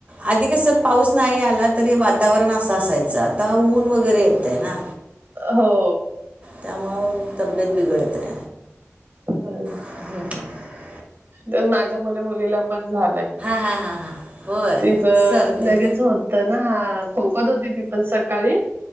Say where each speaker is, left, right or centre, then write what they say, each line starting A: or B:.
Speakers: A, on the right (about 30°); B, on the right (about 50°).
A: आधी कसं पाऊस नाही आला तरी वातावरण असं असायचं. आता ऊन वगैरे येतयं ना,
B: हो.
A: त्यामुळे म तब्येत बिघडते.
B: होय.
A: हम्म,
B: तर माझ्या मुली मुलीला पण झालंय.
A: हां हां हां होय
B: तिचं
A: सर्दी
B: लगेच होत. तं ना खोकत होती ती पण सकाळी